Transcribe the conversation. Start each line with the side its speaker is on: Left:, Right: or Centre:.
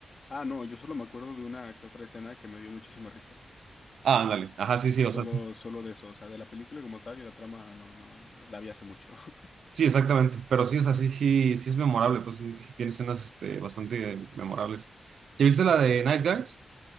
Left: Ah, no, yo solo me acuerdo de una que otra escena que me dio muchísima risa.
Right: Ah, ándale. Ajá, sí, sí,
Left: Solo,
Right: o sea.
Left: solo de eso, o sea, de la película como tal y la trama, no, no, la vi hace mucho. <laughs>
Right: Sí, exactamente. Pero sí, o sea, sí, sí, sí es memorable, pues sí, sí tiene escenas este, bastante memorables. ¿Ya viste la de Nice Guys?